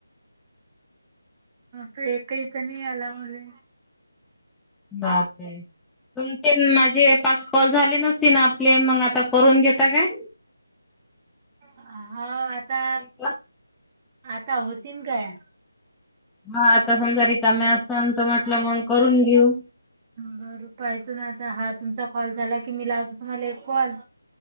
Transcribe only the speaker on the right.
तर एकही तर नाही आला म्हण.
हा आता
आता होतीन काय.
बर पाहेत ना आता हा तुमचा कॉल झाला कि मी लावतो तुम्हाला एक कॉल.